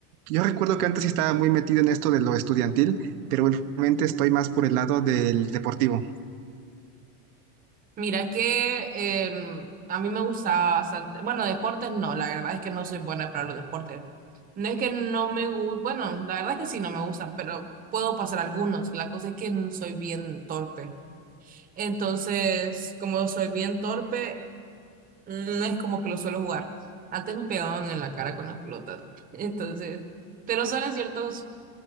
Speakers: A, on the right (about 80°); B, on the right (about 20°).
A: Yo recuerdo que antes sí estaba muy metido en esto de lo estudiantil, pero últimamente estoy más por el lado del deportivo.
B: Mira que em, a mí me gustaba bastante, bueno, deportes no, la verdad es que no soy buena para los deportes. No es que no me gusta, bueno, la verdad es que sí no me gustan, pero puedo pasar algunos. La cosa es que soy bien torpe. Entonces, como soy bien torpe, no es como que lo suelo jugar. Antes me pegaban en la cara con las pelotas. <laughs> Entonces, pero solo en ciertos